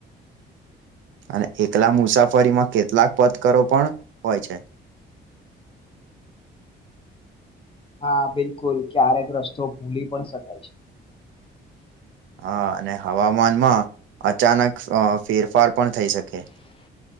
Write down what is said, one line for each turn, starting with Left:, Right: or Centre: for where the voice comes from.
Right: <inaudible> અને એકલા મુસાફરીમાં કેટલાક પથકરો પણ હોય છે <inaudible>
Left: હા બિલકુલ ક્યારેક રસ્તો ભૂલી પણ શકાય છે
Right: હા અને હવામાનમાં અચાનક ફેરફાર પણ થઈ શકે <inaudible>